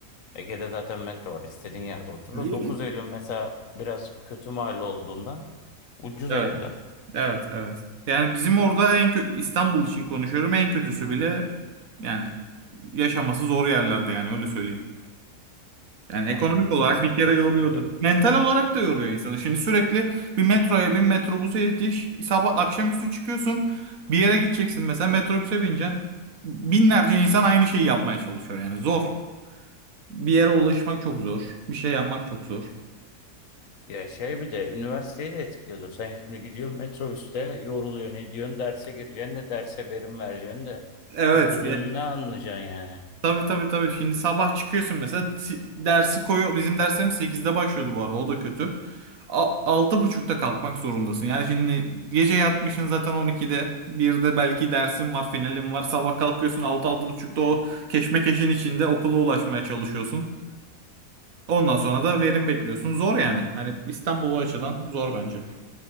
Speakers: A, on the left; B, on the right.
A: Ege'de zaten metro var. istediğin yerde otur.
B: <laughs>
A: da 9 Eylül mesela biraz kötü mahalle olduğundan ucuz
B: Evet.
A: evler.
B: Evet, evet. Yani bizim orada en kö- İstanbul için konuşuyorum en kötüsü bile yani yaşaması zor yerlerde yani öyle söyleyeyim. Yani
A: Aynen
B: ekonomik
A: İstanbul
B: olarak bir kere
A: çok
B: yoruyordu.
A: sıkıntı.
B: Mental olarak da yoruyor insanı. Şimdi sürekli bir metroya bin metrobüse yetiş. Sabah akşamüstü çıkıyorsun. Bir yere gideceksin mesela metrobüse bineceksin. Binlerce insan aynı şeyi yapmaya çalışıyor yani zor. Bir yere ulaşmak çok zor. Bir şey yapmak çok zor.
A: Ya şey bir de üniversiteyi de etkiliyordur. Sen şimdi gidiyorsun metrobüste yoruluyorsun ediyorsun derse gireceksin de derse verim vereceksin de
B: Evet.
A: okuduğun ne anlayacaksın yani.
B: Tabii tabii tabii. Şimdi sabah çıkıyorsun mesela si- dersi koyuyor. Bizim derslerimiz 8'de başlıyordu bu arada. O da kötü. A- altı buçukta kalkmak zorundasın. Yani şimdi gece yatmışsın zaten 12'de. Bir de belki dersin var, finalin var. Sabah kalkıyorsun altı altı buçukta o keşmekeşin içinde okula ulaşmaya çalışıyorsun. Ondan sonra da verim bekliyorsun. Zor yani. Hani İstanbul o açıdan zor bence. <laughs>